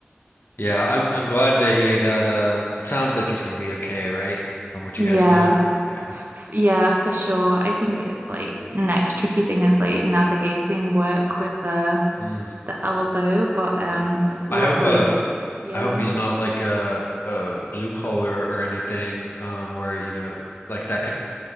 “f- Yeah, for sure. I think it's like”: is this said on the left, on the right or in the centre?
Right